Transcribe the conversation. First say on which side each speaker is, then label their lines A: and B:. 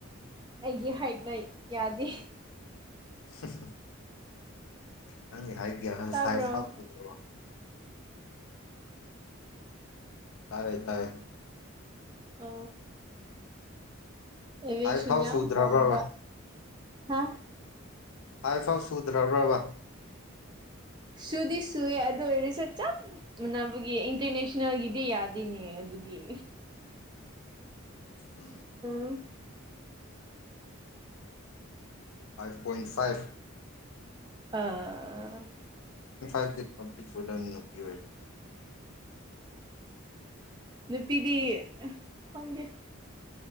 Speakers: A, on the right (about 20°); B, on the left (about 80°).
A: ꯑꯩꯒꯤ ꯍꯥꯏꯠꯅ ꯌꯥꯗꯦ
B: <unintelligible> ꯅꯪꯒꯤ ꯍꯥꯏꯒ
A: ꯇꯥꯕ꯭ꯔꯣ
B: ꯁꯥꯏ ꯐ ꯍꯗ꯭ꯔꯣ ꯇꯥꯋꯦ ꯇꯋꯦ
A: ꯑ ꯑꯦꯕꯁꯤ
B: ꯐꯥꯏꯚ ꯐꯥꯎ ꯁꯨꯗ꯭ꯔꯕ꯭ꯔꯕ
A: ꯄꯝꯕ ꯍꯥ
B: ꯐꯥꯎ ꯐꯥꯎ ꯁꯨꯗ꯭ꯔꯕ꯭ꯔꯕ
A: ꯁꯨꯗꯤ ꯁꯨꯋꯦ ꯑꯗꯨ ꯑꯣꯏꯁꯆꯥ ꯅꯕꯒꯤ ꯏꯟꯇꯔ ꯅꯁꯅꯜꯗꯦ ꯌꯥꯗꯅꯦꯅꯤ ꯑꯗꯨꯒꯤ
B: ꯎꯝ
A: <unintelligible>
B: ꯐꯥꯞ ꯄꯣꯟ ꯐꯥꯞ
A: ꯑꯥ
B: ꯥꯏꯠ ꯀꯝꯄ꯭ꯂꯤꯠ ꯆꯨꯗꯥꯅꯤ ꯅꯄꯤ ꯑꯣꯏꯔ
A: ꯅꯨꯄꯤꯗꯤ ꯑ ꯍꯗ